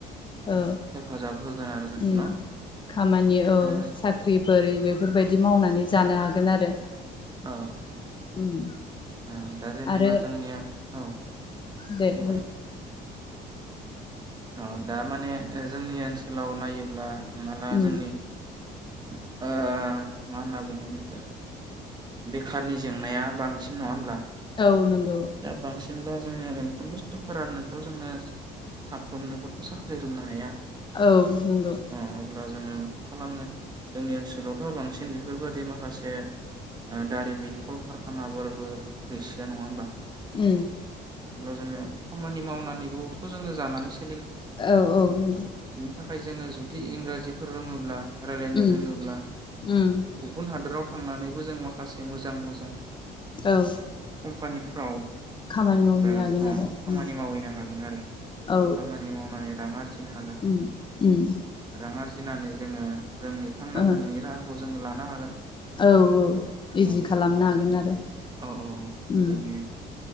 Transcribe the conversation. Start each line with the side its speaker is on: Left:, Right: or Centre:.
Left: औ
Right: हेफाजाब होगोन आरो जोंखौ
Left: उम
Right: न'
Left: खामानि औ
Right: ओ
Left: साख्रि बोरै बेफोरबायदि मावनानै जानो हागोन आरो।
Right: औ
Left: उम
Right: औ दा जेनेबा
Left: आरो
Right: जोंनिया औ
Left: दे
Right: बुंलाय।
Left: बुं
Right: अ दा माने ओ जोंनि ओनसोलाव नायोब्ला हमना ला
Left: उम
Right: जोंनि ओ मा होनना बुंगोन बेखो। बेखारनि जेंनाया बांसिन नङा होमब्ला?
Left: औ नों
Right: दा बांसिन ब्ला जोंनो <unintelligible> मोनफ्रोमबो सरखारानोथ' जोंनो साफ्रोमनोबोथ' साख्रि होनो हाया।
Left: औ नंगौ।
Right: अ अब्ला जोङो मा खालामनो जोंनि ओनसोलावथ' बांसिन बेफोरबायाददि माखासे, ओ दारिमिन कलकारखानाफोरबो गैसया नङा होमबा।
Left: उ।
Right: अब्ला जोङो खामानि मावनानैबोथ' जोङो जानानै स
Left: औ- औ -नंगौ।
Right: थाखाय जोङो जुदि इंराजिफोर रोङोब्ला। रायलायनो
Left: उम
Right: रोङोब्ला
Left: उम
Right: गुबुन हादराव थ। थांनानैबो जों माखासे मोजां मोजां।
Left: औ।
Right: मानिस। औ। ओ
Left: खामानि मावहैनो हागोन
Right: अ
Left: आरो
Right: खामानि
Left: उम
Right: मावहैनो हागोन आरो,
Left: औ
Right: खामानि मावनानै रां आरजिनो हागोन
Left: उम उम
Right: रां आरजि। फिनानै जोङो। जोंनि थांना
Left: ओहो
Right: थानायनि राहाखौ। जोङो लानो हागोन।
Left: औ -औ- इजि
Right: औ
Left: खालामनो हागोन आरो।
Right: औ औ
Left: उ।
Right: जोंनि